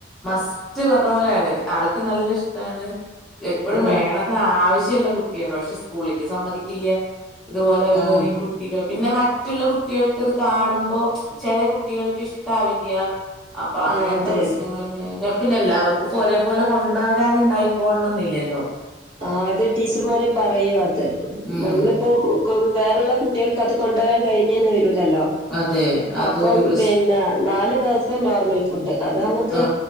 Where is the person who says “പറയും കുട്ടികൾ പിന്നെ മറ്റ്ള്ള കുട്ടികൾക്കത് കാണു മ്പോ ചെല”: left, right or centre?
Centre